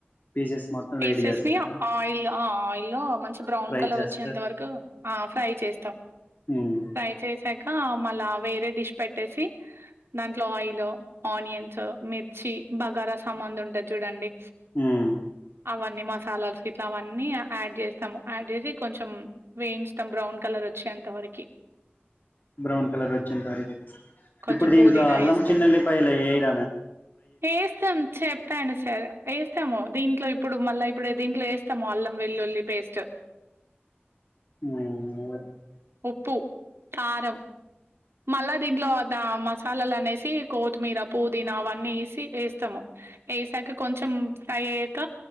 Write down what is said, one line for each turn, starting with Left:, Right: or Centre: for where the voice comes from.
Left: పీసెస్ మొత్తం
Right: పీసెస్ని
Left: వేడి చేస్తారా
Right: ఆయిల్ ఆ ఆయిల్ లో మంచి బ్రౌన్
Left: ఫ్రై
Right: కలర్
Left: చేస్తారు
Right: వచ్చ వరకు ఫ్రై చేస్తాం
Left: ఉమ్
Right: ఫై చే ఇకా మళ్ళా వేరే డిష్ పెట్టేసి దాంట్లో ఆయిల్ ఆనియ స్ మి చ్చి బగారా సామాం ఉ క్కడ్ చూడండి
Left: మ్మ్
Right: అవన్నీ మసాలాస్ గిట్లావన్నీ యాడ్ చేస్తాము యాడ్ చేసి కొంచెం వేయించుతాం బ్రౌన్ కలర్ వచ్చేంతవరకు
Left: బ్రౌన్ కలర్ వచ్చేంతవరకే
Right: కొంచెం
Left: ఇప్పుడు దీంట్లో
Right: పుదీనా
Left: అల్లం
Right: వేస్తాం
Left: చిన్నఎల్లి పాయలు అయి ఎయ్యర
Right: వేస్తాం చెప్పాను సరే వేస్తాము దీంట్లో ఇప్ ఇప్పుడు మళ్ళా ఇప్పుడే దీంట్లో వేస్తాము అల్లం వెల్లుల్లి పేస్ట్
Left: మ్మ్ <unintelligible>
Right: ప్పు కారం మళ్ళా దీంట్లో దా మసాలాలు అనేసి కోతిమీర పుదీనా అవన్నీ వేసి వేస్తాము వసాక కొంచెం ఫ్రై అయ్యాక